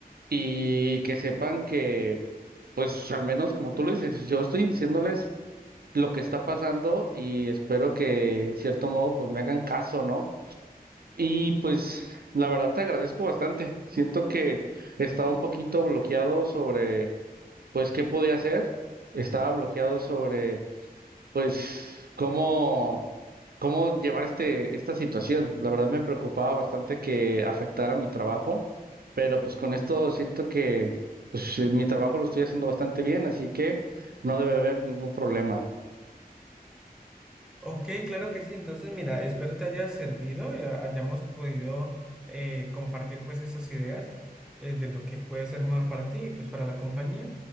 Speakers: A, on the right; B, in the centre.
A: y que sepan que pues al menos como tú lo dices, yo estoy diciéndoles lo que está pasando y espero que en cierto modo pues me hagan caso, ¿no? Y pues la verdad te agradezco bastante. Siento que estaba un poquito bloqueado sobre pues qué podía hacer, estaba bloqueado sobre pues cómo cómo llevar este, esta situación. La verdad me preocupaba bastante que afectara mi trabajo, pero pues con esto siento que pues, mi trabajo lo estoy haciendo bastante bien, así que no debe haber ningún problema.
B: Ok, claro que sí. Entonces, mira, espero te haya servido y ha- hayamos podido eh, compartir pues esas ideas eh, de lo que puede ser mejor para ti y pues para la compañía.